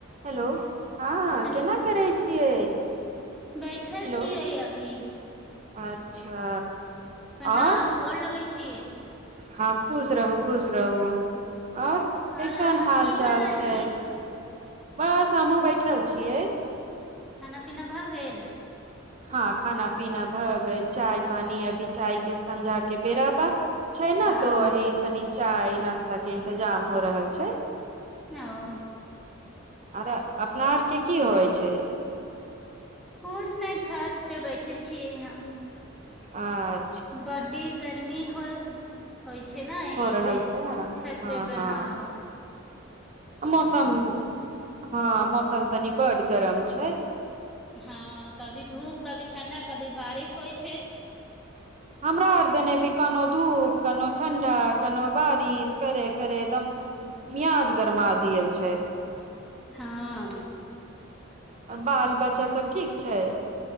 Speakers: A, on the right; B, in the centre.
A: hello हँ
B: hello
A: केना करै छियै
B: बैठल
A: हेलो
B: छियै अभी
A: अच्छा
B: प्रणाम
A: आओर
B: गोर लगै छियै
A: हँ खुश रहू खुश रहू आओर कैसन
B: आओर अहाँ
A: हाल
B: की
A: चाल
B: कर रहल
A: छै
B: छी
A: बस हमहुँ बैठल छियै
B: खाना पीना भऽ गेल
A: हँ खाना पीना भए गेल चाय पानी अभी चाय के संझा के बेराबा छै ने
B: हँ
A: त ओहि तनि चाय नाश्ता के इंतजाम हो रहल छै
B: हँ
A: आरे अपना आरके की होइ छै
B: कुछ नहि छत पे बैठल छियै हम
A: आ
B: बड्डी गर्मी होइ होइ छै ने एहि
A: हो रहल
B: से
A: छै
B: छत
A: हँ
B: पे बे
A: हँ
B: हाँ
A: मौसम हँ मौसम तनी बड गरम छै
B: हँ कभी धूप कभी ठंडा कभी बारिश होइ छै
A: हमरा आर देने भी केनो धूप कोनो ठण्ढा केनो बारिश करे करे एकदम मियाज गरमा दियल छै
B: हँ
A: आओर बाल बच्चा सब ठीक छै